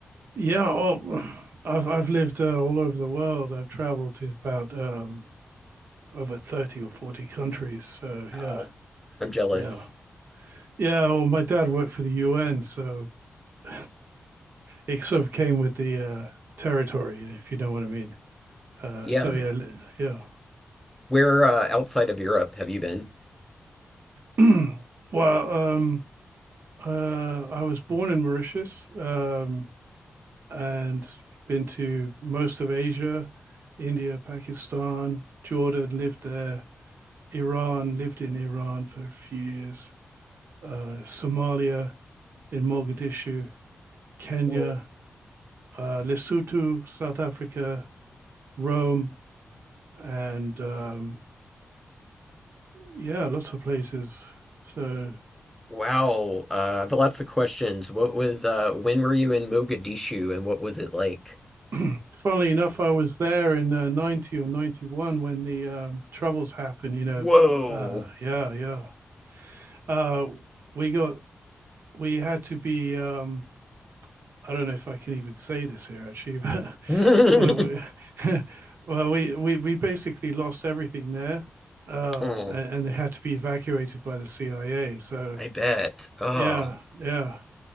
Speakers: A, on the right; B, in the centre.
A: Yeah, oh, I've I've lived uh, all over the world. I've traveled to about um, over thirty or forty countries. So
B: Wow.
A: yeah,
B: I'm jealous.
A: yeah, yeah. Well, my dad worked for the UN, so <laughs> it sort of came with the uh, territory, if you know what I mean. Uh,
B: Yeah.
A: so yeah,
B: Where uh, outside of Europe have you been?
A: yeah. <clears throat> well, um, uh, I was born in Mauritius um, and been to most of Asia, India, Pakistan, Jordan. Lived there Iran, lived in Iran for a few years, uh, Somalia in Mogadishu, Kenya,
B: Whoa.
A: uh, Lesotho, South Africa, Rome, and um, yeah, lots of places. So,
B: Wow. Uh, I've lots of questions. What was uh, when were you in Mogadishu and what was it like?
A: <clears throat> funnily enough, I was there in uh, 90 or 91 when the um, troubles happened, you know.
B: Whoa.
A: Uh, yeah, yeah. Uh, we got, we had to be um, I don't know if I can even say this here actually, <laughs> but
B: <laughs>
A: well, we, <laughs> well, we, we, we basically lost everything there, um,
B: Oh,
A: and, and they had to be evacuated by the CIA. So
B: I bet. Oh,
A: yeah, yeah.